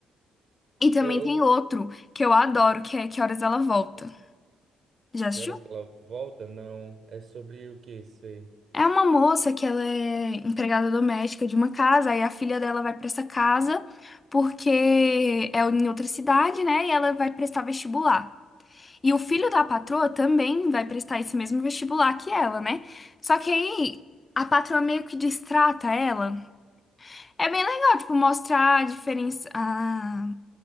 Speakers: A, on the left (about 30°); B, on the right (about 60°).
A: E também
B: Eu, eu-
A: tem outro que eu adoro, que é Que Horas Ela Volta. Já assistiu?
B: Que horas que ela volta? Não. É sobre o que isso aí?
A: É uma moça que ela é empregada doméstica de uma casa, aí a filha dela vai pra essa casa porque é em outra cidade, né? E ela vai prestar vestibular. E o filho da patroa também vai prestar esse mesmo vestibular que ela, né? Só que aí a patroa meio que destrata ela. É bem legal, tipo, mostrar a diferença, a,